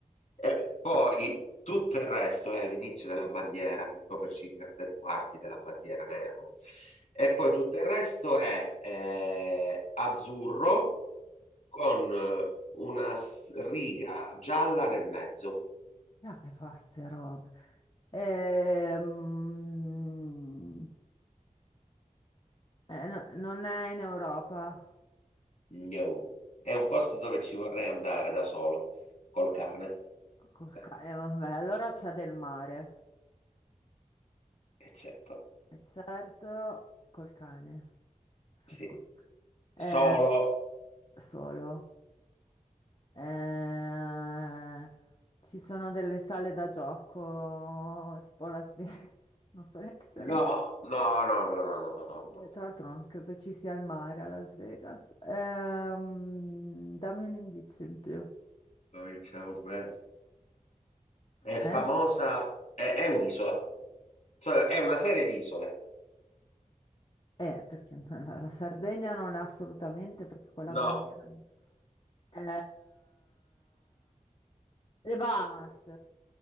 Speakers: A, on the left; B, on the left.
A: e poi tutto il resto è all'inizio della bandiera, che copre circa tre quarti della bandiera nero, e poi tutto il resto è eh, azzurro con eh, una s- riga gialla nel mezzo.
B: Ah, che fa ste robe? Ehm, eh, no- non è in Europa.
A: No. È un posto dove ci vorrei andare da solo, col cane,
B: Col
A: Eh,
B: ca- eh, vabbè, allora c'è del mare.
A: eccetto.
B: E certo, col cane. Fa
A: Sì.
B: scu- Eh,
A: Solo.
B: solo. Eh, ci sono delle sale da gioco, tipo la Vegas. <laughs> Non so neanche se la
A: No, no, no, no, no, no. no.
B: eh, Tra l'altro non credo ci sia il mare a Las Vegas. Ehm, dammi un indizio in più.
A: Cominciamo bene. È famosa,
B: Eh?
A: è, è un'isola, cioè è una serie di isole.
B: Eh, perché <laughs> no, la la Sardegna non è assolutamente perché quella
A: No,
B: bandiera... lì. Eh, le Bahamas.